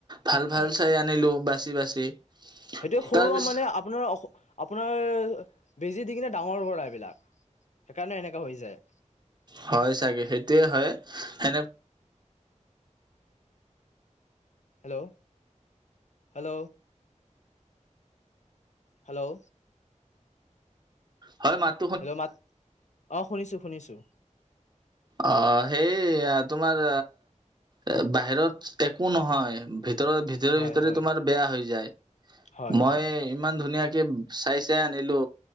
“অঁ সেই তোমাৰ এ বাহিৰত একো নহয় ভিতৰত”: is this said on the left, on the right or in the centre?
Right